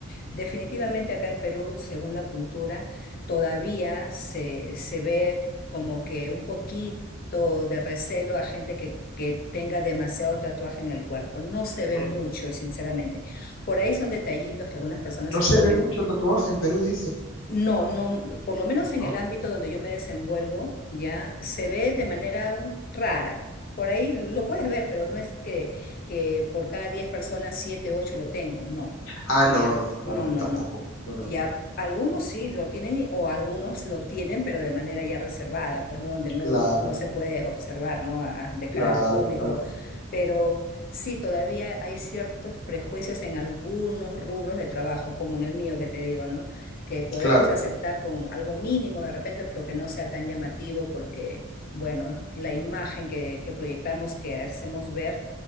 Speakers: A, on the left (about 45°); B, on the left (about 75°).
A: Definitivamente acá en Perú, según la cultura, todavía se, se ve como que un poquito de recelo a gente que, que tenga demasiado tatuaje en el cuerpo. No se ve
B: ujú.
A: mucho, sinceramente. Por ahí son detallitos que algunas personas
B: No
A: se
B: se
A: ponen
B: ve mucho tatuaje en Perú, dices.
A: no, no, por lo menos en
B: Ah,
A: el ámbito donde yo me desenvuelvo, ya se ve de manera
B: mm.
A: um, rara. Por ahí lo puedes ver, pero no es que, que por cada 10 personas, 7 8 lo tengan, no,
B: Ah,
A: ya,
B: no, no, no, claro
A: no,
B: que
A: no,
B: tampoco.
A: no.
B: No, no,
A: Ya
B: no.
A: algunos sí lo tienen y- o algunos lo tienen, pero de manera ya reservada, pues no, donde no,
B: Claro,
A: no se puede observar, ¿no? A- a- de
B: claro,
A: cara al público,
B: claro,
A: pero sí, todavía hay ciertos prejuicios en algunos rubros de trabajo, como en el mío que te digo, ¿no? que podemos
B: claro,
A: aceptar con algo mínimo de repente, pero que no sea tan llamativo porque, bueno, la imagen que, que proyectamos, que hacemos ver,